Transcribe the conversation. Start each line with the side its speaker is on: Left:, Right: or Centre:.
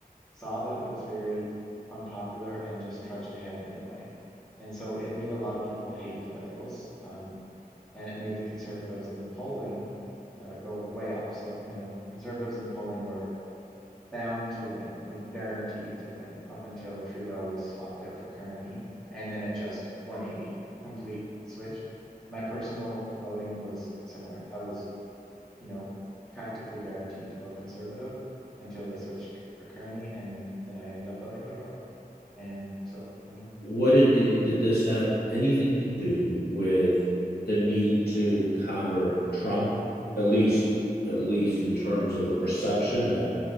Centre: saw that it was very unpopular and just trudged ahead anyway. And so it made a lot of people hate the liberals. Um, and it made the conservatives in the polling uh, go way up. So, you know, the conservatives in the polling were bound to win, like guaranteed to win, up until Trudeau was swapped out for Carney, and then it just 180 complete switch. My personal voting was similar. I was, you know, practically guaranteed to vote conservative until they switched for Carney, and then I ended up voting liberal. And so, you know,
Left: what did the, did this have anything to do with the need to counter Trump, at least at least in terms of the perception that